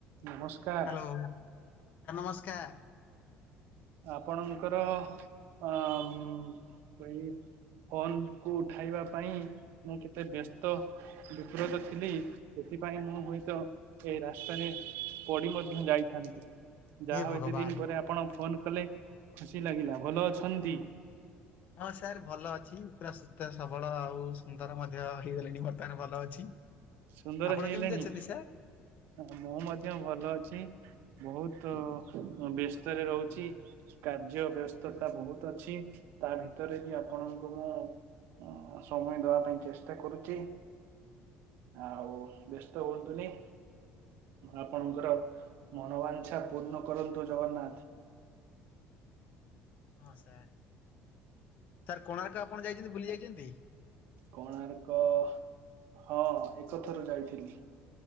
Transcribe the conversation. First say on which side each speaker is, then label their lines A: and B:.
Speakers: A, on the right; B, on the left.
A: ନମସ୍କାର
B: hello sir ନମସ୍କାର।
A: ଆପଣଙ୍କର ଅ ଅ ମ୍ ଏଇ ଫୋନ କୁ ଉଠାଇବା ପାଇଁ ମୁଁ କେତେ ବ୍ୟସ୍ତ ବିବ୍ରତ ଥିଲି ସେଥିପାଇଁ ମୁଁ ହୁଏ ତ ଏ ରାସ୍ତାରେ ପଡ଼ି ମଧ୍ୟ ଯାଇଥାନ୍ତି। ଯାହା
B: ହେ
A: ହଉ
B: ଭଗବାନ
A: ଏତେ ଦିନ ପରେ ଆପଣ ଫୋନ କଲେ ଖୁସି ଲାଗିଲା ଭଲ ଅଛନ୍ତି?
B: ହଁ ସାର୍ ଭଲ ଅଛି ପୁରା ସୁସ୍ଥ ସବଳ ଆଉ ସୁନ୍ଦର ମଧ୍ୟ ହେଇଗଲେଣି ବର୍ତ୍ତମାନ ଭଲ ଅଛି।
A: ସୁନ୍ଦର
B: ଆପଣ
A: ହେଇଗଲେଣି।
B: କେମିତି ଅଛନ୍ତି ସାର୍?
A: ମୁଁ ମଧ୍ୟ ଭଲ ଅଛି ବହୁତୁ ଅଁ ବ୍ୟସ୍ତରେ ରହୁଛି। କାର୍ଯ୍ୟ ବ୍ୟସ୍ତତା ବହୁତ ଅଛି ତା ଭିତରେ ବି ଆପଣଙ୍କୁ ମୁଁ ଉଁ ସମୟ ଦବା ପାଇଁ ଚେଷ୍ଟା କରୁଚି। ଆଉ ବ୍ୟସ୍ତ ହୁଅନ୍ତୁନି। ଆପଣଙ୍କର ମନବାଞ୍ଛା ପୂର୍ଣ କରନ୍ତୁ ଜଗନ୍ନାଥ।
B: ହଁ ସାର୍। ସାର୍ କୋଣାର୍କ ଆପଣ ଯାଇଛନ୍ତି ବୁଲି ଯାଇଛନ୍ତି?
A: କୋଣାର୍କ ହଁ ଏକ ଥର ଯାଇଥିଲି।